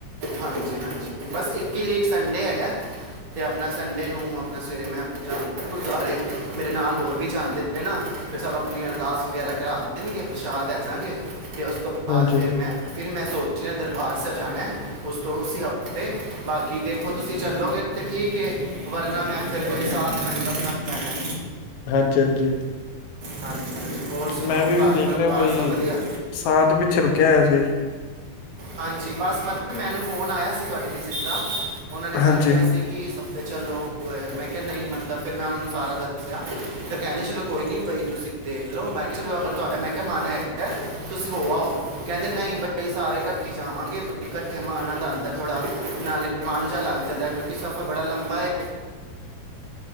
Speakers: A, on the right; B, on the left.
A: ਹਾਂਜੀ ਹਾਂਜੀ ਬਸ ਇੱਕ ਹੀ ਤਰੀਕ ਸੰਡੇ ਹੈਗਾ ਅਤੇ ਆਪਣਾ ਸੰਡੇ ਨੂੰ ਆਪਣਾ ਸਵੇਰੇ ਮੈਂ ਜਾਵਾਂ ਗੁਰਦੁਆਰੇ ਮੇਰੇ ਨਾਲ ਹੋਰ ਵੀ ਜਾਂਦੇ ਨਾ ਫਿਰ ਸਭ ਆਪਣੀ ਅਰਦਾਸ ਵਗੈਰਾ ਕਰਾ ਦੇਣਗੇ ਪ੍ਰਸ਼ਾਦ ਆ ਜਾਂਗੇ ਫਿਰ ਉਸ ਤੋਂ ਬਾਅਦ
B: ਹਾਂਜੀ
A: ਫਿਰ
B: ਹਾਂਜੀ
A: ਮੈਂ ਫਿਰ ਮੈਂ ਸੋਚ ਉਸ ਨੇ ਦਰਬਾਰ ਸਾਹਿਬ ਜਾਣਾ ਹੈ ਉਸ ਤੋਂ ਉਸ ਹਫ਼ਤੇ ਬਾਕੀ ਦੇਖੋ ਤੁਸੀਂ ਚੱਲੋਗੇ ਤਾਂ ਠੀਕ ਹੈ ਵਰਨਾ ਮੈਂ ਫਿਰ ਕੋਈ ਸਾਥ ਮੈਨੂੰ ਲੱਭਣਾ ਪੈਣਾ
B: ਹਾਂਜੀ ਹਾਂਜੀ
A: ਹਾਂਜੀ ਹਾਂਜੀ ਹੋਰ ਸੁਣਾਓ
B: ਮੈਂ ਵੀ
A: ਘਰ
B: ਦੇਖ
A: ਪਰਿਵਾਰ
B: ਰਿਹਾ ਬਈ
A: ਸਭ ਵਧੀਆ
B: ਸਾਹ ਤੇ ਪਿੱਛੇ ਰੁਕਿਆ ਹੋਇਆ ਸੀ
A: ਹਾਂਜੀ ਬਸ ਪਤਾ ਮੈਨੂੰ ਫੋਨ ਆਇਆ ਸੀ ਤੁਹਾਡੀ ਮਸਜ ਦਾ ਉਹਨਾਂ ਨੇ ਮੈਨੂੰ
B: ਹਾਂਜੀ
A: ਕਿਹਾ ਸੀ ਕਿ ਸਫ਼ਤੇ ਚ ਨਹੀਂ ਮਤਲਬ ਫਿਰ ਮੈਂ ਉਹਨਾਂ ਨੂੰ ਸਾਰਾ ਦੱਸਿਆ ਫ ਕਹਿੰਦੇ ਚਲੋ ਕੋਈ ਨਹੀਂ ਬਈ ਤੁਸੀਂ ਦੇਖ ਲਓ ਮੈਂ ਕਿਹਾ ਚਲੋ ਅਗਰ ਤੁਹਾਡਾ ਮੈਂ ਕਿਹਾ ਮਨ ਹੈਗਾ ਤੁਸੀਂ ਹੋ ਆਓ ਕਹਿੰਦੇ ਨਹੀਂ ਬਈ ਸਾਰੇ ਜਾਵਾਂਗੇ ਬ ਇਕੱਠੇ ਮ ਦਾ ਆਉਂਦਾ ਥੋੜਾ ਨਾਲੇ ਮਨਝਹਾ ਲੱਗ ਜਾਂਦਾ ਕਿਉਂਕਿ ਸਫ਼ਰ ਬੜਾ ਲੰਬਾ ਹੈ